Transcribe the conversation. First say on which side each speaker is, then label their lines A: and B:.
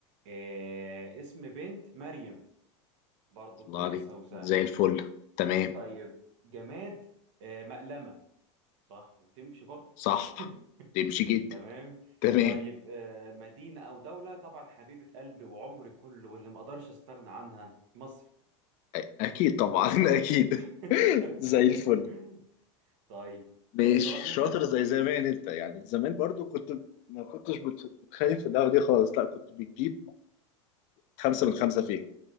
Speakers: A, on the right (about 70°); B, on the left (about 50°).
A: آه اسم بنت مريم برضو كويسة
B: الله عليك
A: وسهلة
B: زي الفل تمام
A: طيب جماد آه مقلمة صح وتمشي برضو
B: صح
A: <laughs>
B: تمشي جدا
A: تمام
B: تمام
A: طيب آه مدينة او دولة طبعا حبيبة قلبي وعمري كله واللي ما اقدرش استغنى عنها مصر
B: أ- اكيد طبعا <laughs> اكيد
A: <laughs>
B: زي الفل
A: طيب
B: مش
A: آه، دورك انت
B: شاطر زي زمان انت يعني زمان برضو كنت ما كنتش بت- بتخايف في القهوة دي خالص لا كنت بتجيب خمسة من خمسة فيها